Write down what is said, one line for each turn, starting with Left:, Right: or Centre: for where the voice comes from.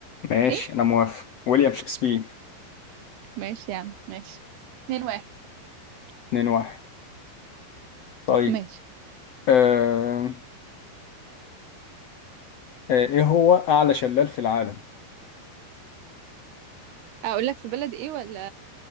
Left: ماشي
Right: ايه
Left: انا موافق ويليام شكسبير
Right: ماشي يا عم ماشي اتنين واحد
Left: 2 1 طيب
Right: ماشي
Left: آه... آه... ايه هو اعلى شلال في العالم
Right: اقول لك في بلد ايه ولا